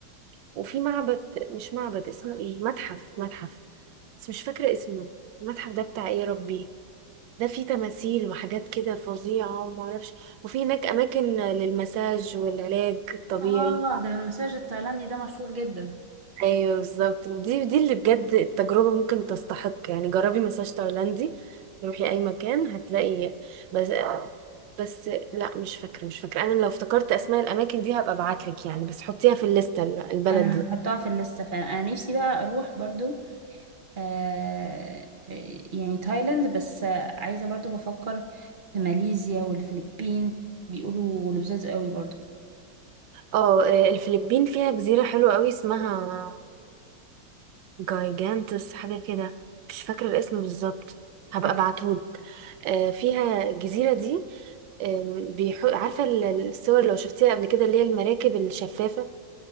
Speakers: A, on the right; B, on the right.
A: وفي معبد مش معبد اسمه ايه متحف متحف بس مش فاكرة اسمه المتحف ده بتاع ايه يا ربي ده فيه تماثيل وحاجات كده فظيعة ومعرفش وفي هناك أماكن للمساج والعلاج الطبيعي
B: اه ده المساج التايلاندي ده مشهور جدا
A: ايوه بالظبط ودي دي اللي بجد التجربه ممكن تستحق يعني جربي مساج تايلاندي روحي اي مكان هتلاقي بس بس لا مش فاكره مش فاكره انا لو افتكرت اسماء الاماكن دي هبقى ابعتلك يعني بس حطيها في الليسته ال- البلد
B: انا
A: دي
B: هحطها في الليسته فعلا انا نفسي بقى اروح برضو آه آه، يعني تايلاند بس آه، عايزه برضو بفكر في ماليزيا والفلبين بيقولوا لذاذ قوي برضو
A: اه آه، الفلبين فيها جزيره حلوه قوي اسمها جايجانتس حاجه كده مش فاكره الاسم بالظبط هبقى
B: ايوه
A: ابعتهولك آه، فيها الجزيره دي آم، بيحو... عارفه ال- الصور لو شفتيها قبل كده اللي هي المراكب الشفافه